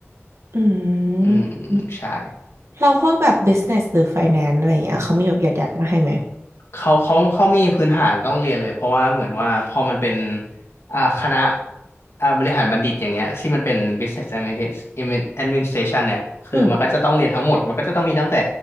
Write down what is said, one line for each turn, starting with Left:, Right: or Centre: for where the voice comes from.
Right: อื
Left: อืม
Right: ม
Left: ใช่
Right: เราพวกแบบ business หรือ finance อะไรอย่างเงี้ยเขามีแบบหยัดๆมาให้ไหม
Left: เขาเขาเขามีพื้นฐานต้องเรียนเลยเพราะว่าเหมือนว่าพอมันเป็นอ่าคณะอ่าบริหารบัณฑิตอย่างเงี้ยที่มันเป็น Business Administ- Administration เนี่ยคือมันก็จะต้องเรียนทั้งหมดมันก็จะต้องมีตั้งแต่
Right: อืม